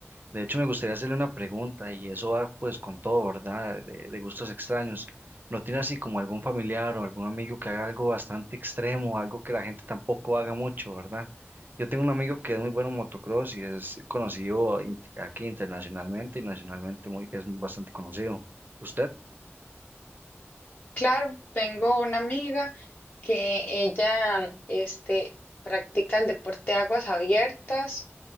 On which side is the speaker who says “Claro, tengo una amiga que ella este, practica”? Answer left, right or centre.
Left